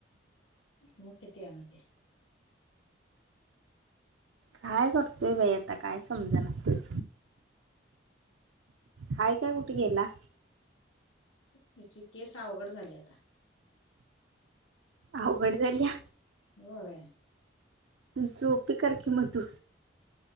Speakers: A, on the left; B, on the right.
A: मग किती आणते?
B: काय करतोय बाई आता, काय समजाणा तुझ. हाय काय कुठ गेला?
A: तीची केस अवघड झाली, आता.
B: अवघड झालिया.
A: होय.
B: सोपी करकी म तू.